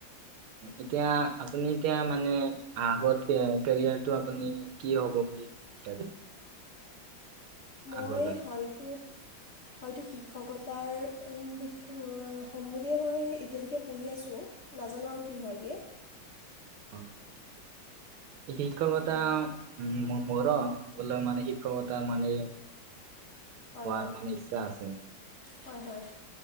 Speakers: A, on the right (about 85°); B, on the left (about 50°).
A: এতিয়া আপুনি এতিয়া মানে আগত কেৰিয়াৰটো আপুনি কি হ'ব বুলি বিচাৰে?
B: মই
A: আগলৈ
B: হয়তো হয়তো শিক্ষকতাৰ বিষয় হ'ম বুলিয় মই এতিয়ালৈকে পঢ়ি আছোঁ। নাজানো আৰু কি হয়, গে।
A: অ', এই শিক্ষকতা
B: তাকে
A: উম, মোৰ আগলৈ মানে শিক্ষকতা মানে।
B: হয়
A: হোৱাৰ
B: হয়
A: মানে ইচ্ছা আছে।
B: হয়, হয়।